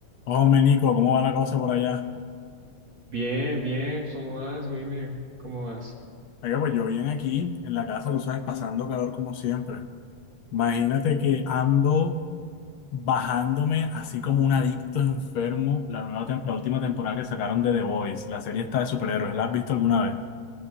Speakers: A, on the left; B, on the right.
A: Hombre, Nico, ¿cómo va la cosa por allá?
B: Bien, bien, ¿cómo vas, Weimer? ¿Cómo vas?
A: Oiga, pues yo bien aquí en la casa, tú sabes, pasando calor como siempre. Imagínate que ando bajándome así como un adicto enfermo la nueva tem- la última temporada que sacaron de The Boys, la serie esta de superhéroes. ¿La has visto alguna vez? O